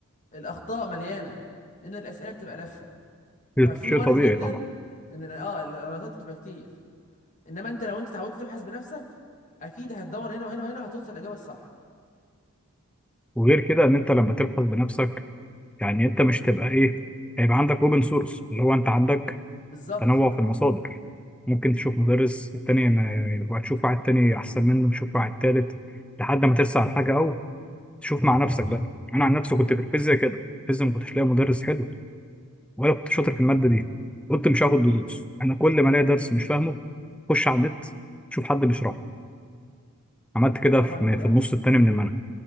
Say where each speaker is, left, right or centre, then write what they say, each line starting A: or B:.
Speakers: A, on the left; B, in the centre.
A: الاخطاء مليانه لان الاسئله بتبقى لفه ففي
B: شيء شيء
A: وارد
B: طبيعي
A: جدا
B: طبعا
A: ان ال- اه الغلطات بتبقى كتير انما انت لو انت اتعودت تبحث بنفسك اكيد هتدور هنا وهنا وهنا هتوصل الاجابه الصح
B: وغير كده إن أنت لما تبحث بنفسك يعني أنت مش تبقى إيه هيبقى عندك أوبن سورس اللي هو أنت عندك
A: بالظبط
B: تنوع في المصادر ممكن تشوف مدرس التاني ما- وهتشوف واحد تاني أحسن منه تشوف واحد تالت لحد ما ترسى على حاجة أو تشوف مع نفسك بقى أنا عن نفسي كنت في الفيزياء كده الفيزياء ما كنتش لاقي مدرس حلو ولا كنت شاطر في الماده دي قلت مش هاخد دروس انا كل ما الاقي درس مش فاهمه اخش على النت اشوف حد بيشرحه عملت كده
A: طبعا
B: في
A: كده
B: في
A: احسن
B: النص التاني من المنهج